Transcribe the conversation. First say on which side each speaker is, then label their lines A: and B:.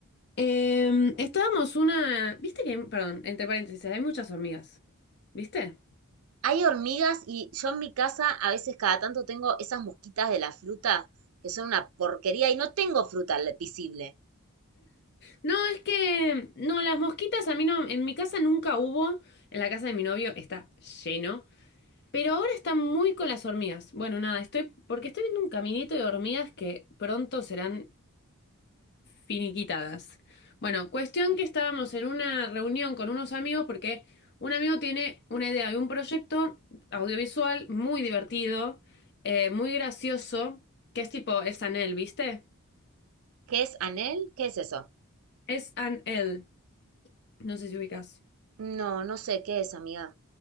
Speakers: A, on the left; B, on the right.
A: Em, estábamos una. ¿Viste que Perdón, entre paréntesis, hay muchas hormigas. ¿Viste?
B: Hay hormigas y yo en mi casa a veces cada tanto tengo esas mosquitas de la fruta que son una porquería y no tengo fruta le- visible.
A: No, es que. No, las mosquitas a mí no. En mi casa nunca hubo. En la casa de mi novio está lleno. Pero ahora están muy con las hormigas. Bueno, nada, estoy. Porque estoy viendo un caminito de hormigas que pronto serán finiquitadas. Bueno, cuestión que estábamos en una reunión con unos amigos porque un amigo tiene una idea de un proyecto audiovisual muy divertido, eh, muy gracioso, que es tipo, es Anel, ¿viste?
B: ¿Qué es anel? ¿Qué es eso?
A: Es Anel, no sé si ubicas.
B: No, no sé qué es, amiga.